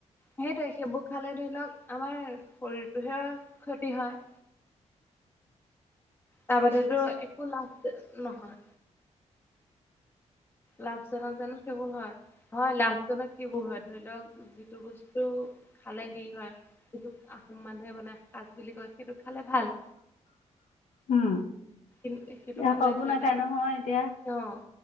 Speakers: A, on the left (about 20°); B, on the left (about 80°).
A: সেইটোয়ে সেইবোৰ খালে ধৰি লওক আমাৰ শৰীৰটোহে ক্ষতি হয়। তাৰ বাদতো একো লাভ নহয়। লাভজনক জানো সেইবোৰ হয়? হয় লাভজনক সেইবোৰ হয়, ধৰি লওক যিটো বস্তু খালে হেৰি হয় সেইটোক আহোম মানুহে বানাই সাঁচ বুলি কয়। সেইটো খালে ভাল।
B: উম।
A: ন্ত
B: এতিয়া
A: সেইটো খালে
B: সৰবোৰ
A: ধৰি
B: নাখায়
A: লওক
B: নহয় এতিয়া
A: আহ